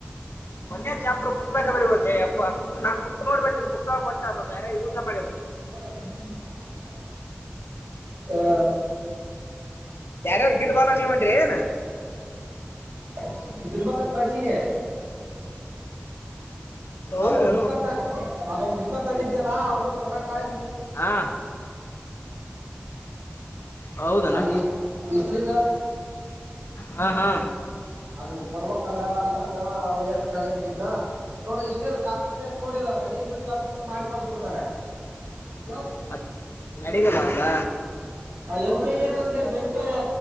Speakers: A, on the left; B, on the right.
A: ಒನ್ನೆ ಚಾಪ್ಟರ್ ಬುಕ್ ದಾಗ ಬರಿಬಹುದು ಯಪ್ಪಾ ನಾ ಬುಕ್ ನೋಡಿ ಬರ್ದೀನಿ ಬಟ್ ಬ್ಯಾರೆ ಯೂಸ್ ಮಾಡಿಲ್ಲ
B: <unintelligible> ಹಾ
A: ಯಾರ್ಯಾರ್ ಗಿಡ್ ಬಾಲ ನೀವಅಂದಿರಿ ಏನ್
B: <unintelligible>
A: ಹೌದು
B: ಅವಾಗ್ ಬುಕ್ತ್ತ ಅದೊಂದು ಬುಕ್ ತಂದಿದ್ನಲ್ಲ ಅವ್ಡುಕ್ ಕೊಡಕ <unintelligible>
A: ಹಾ ಹೌದನ
B: ಅದು ಇಷ್ಟಲಿ ಸ
A: ಹಾ ಹಾ
B: ಅದು ಕೊಡ್ಬೇಕಲ್ಲ ಅಂತಂದ ತಲೆೆ ಬಿದ್ದಿದ್ನ ನೋಡ ಇಷ್ಟ ಕಾಪಿ ಪೇಸ್ಟ್ ನೋಡಿದ ರೆಡಿ ಇದ ಅಂದ್ಬಿಡ್ರೆ ಮಾಡಕೊಂಡು ಬಿಡ್ತಾರೆ <inaudible>
A: ಮತ್ ನಡಿಗಲ್ಲ ಅದ
B: ಎಂಟೆ ಏನಂದ ಬೆಂಟೆ